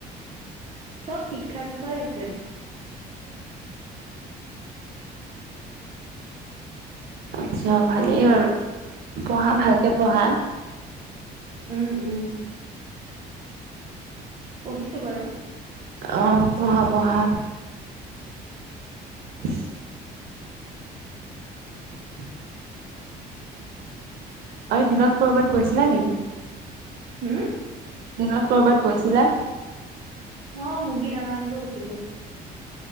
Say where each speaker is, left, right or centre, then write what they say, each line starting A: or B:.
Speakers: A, on the right (about 40°); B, on the right (about 70°).
A: চব শিক্ষাৰ বিষয়ে আছে। <inaudible>
B: আচ্ছা ভালেই বাৰু। পঢ়া
A: উম
B: ভালকে পঢ়া।
A: উম উম, পুহিছো বাৰু।
B: অ, পহা - পহা। <inaudible>
A: <inaudible>
B: অই দিনত ক'ৰবাত গৈছিলা নেকি?
A: হুম
B: দিনত কৰ'বাত গৈছিলা
A: অ, মুৰ্গী দানা আনিব গৈছিলো।